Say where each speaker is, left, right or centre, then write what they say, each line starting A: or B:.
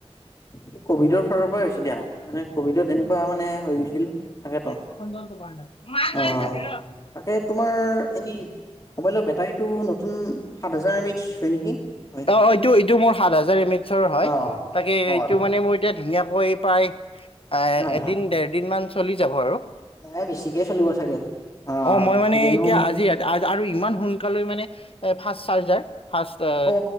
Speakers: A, on the left (about 35°); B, on the left (about 60°).
A: এই কভিডৰ ফালৰ পৰাই হৈছে দিয়া, মানে কভিডত এনেকুৱা মানে হৈ গৈছিল, তাকেতো।
B: <inaudible> মাই বাই
A: অ।
B: থাকিল ৰহ
A: তাকে তোমাৰ এনে মোবাইলৰ বেটাৰীটো নতুন সাত হাজাৰম এমেইচ হয় নেকি? হয়।
B: অ এইটো এইটো মোৰ সাত হাজাৰ এম এইচৰ হয়
A: অ
B: তাকে
A: অ
B: এইটো মানে মোৰ এতিয়া ধুনীয়াকৈ প্ৰায় আ
A: হয়
B: এদিন
A: হয়।
B: দেৰ দিন মান চলি যাব আৰু।
A: নাই বেছিকে চলিব চাগে। অ
B: অঁ মই মানে
A: গেমসমূহ
B: এতিয়া আজি আৰু ইমান সোনকালে মানে এ ফাৰ্ষ চাৰ্জাৰ ফাৰ্ষ আ
A: অ‌